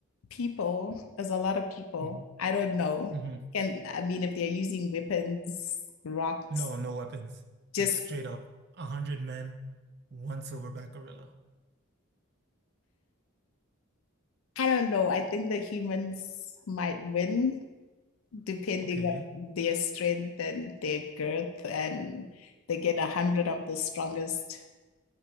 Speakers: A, on the left; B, on the right.
A: people is a lot of people.
B: hmm
A: I don't know.
B: hmm
A: Can I mean if they're using weapons, rocks,
B: No, no weapons.
A: just
B: Just straight up, a hundred men, one silverback gorilla.
A: I don't know. I think the humans might win depending
B: Okay.
A: on their strength and their girth, and they get a hundred of the strongest